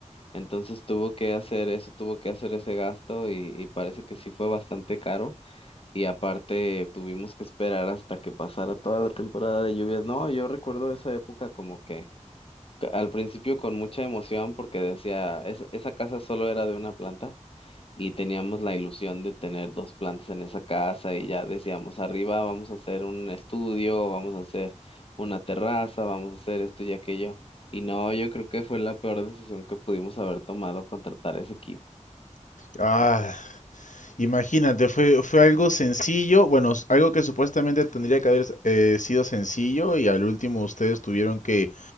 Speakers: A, on the left; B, on the left.
A: Entonces tuvo que hacer eso, tuvo que hacer ese gasto y, y parece que sí fue bastante caro y aparte tuvimos que esperar hasta que pasara toda la temporada de lluvias. No, yo recuerdo esa época como que que al principio con mucha emoción porque decía, "Es- esa casa solo era de una planta y teníamos la ilusión de tener dos plantas en esa casa y ya decíamos, arriba vamos a hacer un estudio, vamos a hacer una terraza, vamos a hacer esto y aquello. Y no, yo creo que fue la peor decisión que pudimos haber tomado contratar ese equipo.
B: Ah, imagínate, fue, fue algo sencillo, bueno, s- algo que supuestamente tendría que haber eh, sido sencillo y al último ustedes tuvieron que